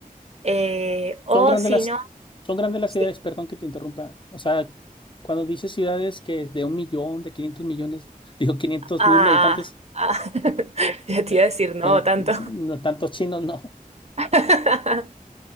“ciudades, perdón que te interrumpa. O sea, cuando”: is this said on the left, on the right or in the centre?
Left